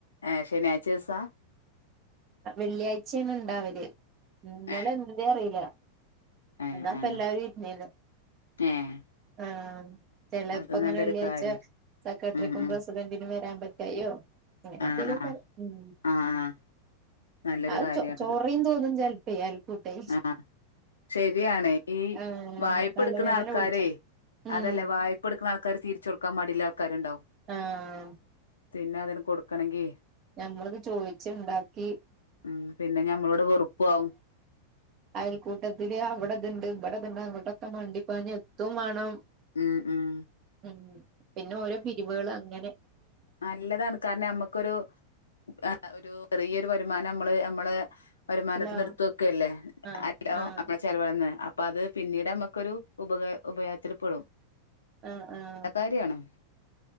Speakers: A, on the left; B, on the right.
A: ഏഹ്. ശനിയാഴ്ചൂസാ
B: വെള്ളിയാഴ്ച്ചാണ് ണ്ടാവല് ഇന്നലെന്തേ
A: ഏഹ്
B: അറിയില
A: ഏഹ്
B: ന്നപ്പെല്ലാരും
A: ആഹ്
B: ഇര്ന്നീന്ന്
A: ഏഹ്
B: ആഹ് ചെലപ്പങ്ങനെ
A: അത് നല്ലൊരു
B: വെള്ളിയാഴ്ച
A: കാര്യം
B: സെക്രട്ടറിക്കും
A: ഉം ഉം
B: പ്രസിഡന്റിനും വരാൻ പറ്റായോ അങ്ങനെന്തേലൊക്കാവും
A: ആഹ് ആഹ്
B: ഉം
A: ആഹ് ആഹ് നല്ലൊരു
B: അഹ്
A: കാര്യാണത്
B: ചൊ ചോറീം തോന്നും ചെലപ്പേ അയൽകൂട്ടേ
A: ആഹ് ശരിയാണ് ഈ
B: ആഹ്
A: വായ്പെട്ക്ക്ണ
B: തലവേദന
A: ആൾക്കാരെ
B: പിടിച്ചു ഉം
A: അതല്ലേ വായ്പ പ്പൊട്ക്ണ ആൾക്കാര് തിരിചൊട്ക്കാൻ മടിള്ളെ ആൾക്കാര്ണ്ടാവും
B: ആഹ്
A: പിന്നെ അതിന് കൊടുക്കണെങ്കി
B: ഞമ്മളത് ചോയ്ച്ച്ണ്ടാക്കി
A: ഉം പിന്നെഞമ്മളോട് വെറുപ്പും ആവും
B: അയൽക്കൂട്ടത്തില് അവിടെത്ണ്ട് ഇവ ടെത്ണ്ട് അങ്ങട്ടൊക്കെ മണ്ടിപാഞ്ഞെത്തും വേണം
A: ഉം ഉം
B: ഉം പിന്നെ ഓരോ പിരിവാള് അങ്ങനെഉം
A: ഇല്ലതട്കാനമ്മക്കൊരു <unintelligible> ഒരു ചെറിയൊരു വരുമാനം അമ്മള് അമ്മള് വരുമാനത്
B: ഹലോ
A: ന്ന് ഇട്ത്ത് വെക്കല്ലേ
B: ആഹ്
A: അല്ലോ
B: ആഹ്
A: <unintelligible> ചെലവാന്ന് അപ്പ അത് പിന്നീടമ്മക്കൊരു ഉപകാ ഉപകാരത്തില്പ്പെടും
B: ആഹ് ആഹ്
A: അതാര്യാണ്